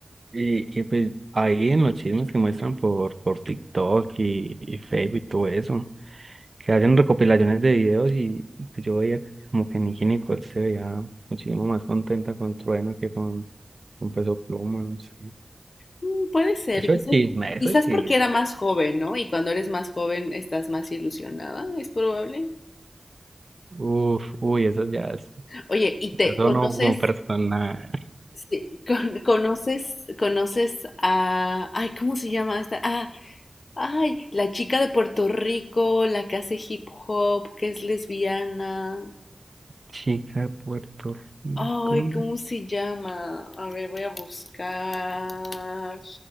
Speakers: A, on the right; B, on the left.
A: Y, y pues ahí en los chismes que muestran por, por TikTok y, y Facebook y todo eso, que hacen recopilaciones de videos y pues, yo veía como que Nicki Nicole se veía muchísimo más contenta con Trueno que con, con Peso Pluma, no sé.
B: Mm, Puede ser,
A: Eso
B: quizás,
A: es chisme, eso
B: quizás
A: es chisme.
B: porque era más joven, ¿no? Y cuando eres más joven estás más ilusionada, es probable.
A: Uf, uy, eso ya es,
B: Oye, ¿y te
A: eso
B: conoces,
A: no como persona.
B: sí, con- conoces, conoces a, ay, ¿cómo se llama esta? Ah, Ay, la chica de Puerto Rico, la que hace hip hop, que es lesbiana.
A: Chica de Puerto Rico.
B: Ay, ¿cómo se llama? A ver, voy a buscar.